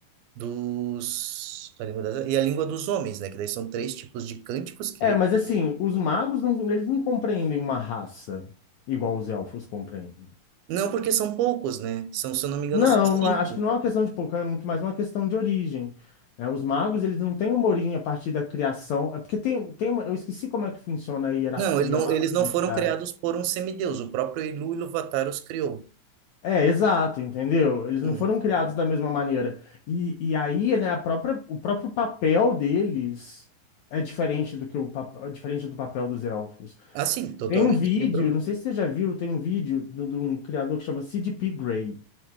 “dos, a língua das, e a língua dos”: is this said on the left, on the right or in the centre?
Right